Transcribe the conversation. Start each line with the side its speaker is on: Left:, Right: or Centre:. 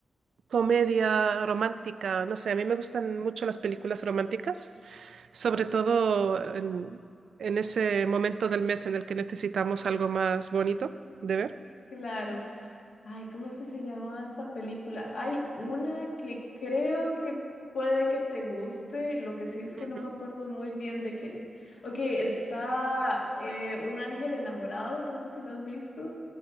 Right: comedia romántica, no sé, a mí me gustan mucho las películas románticas, sobre todo
Left: Ok,
Right: en, en ese momento del mes en el que necesitamos algo más bonito de ver.
Left: Claro. Ay, ¿cómo es que se llamaba esta película? Hay una que creo que puede que te guste, lo que sí es
Right: Ujú.
Left: que no me acuerdo muy bien de qué. Ok, está eh, un ángel enamorado, no sé si lo has visto.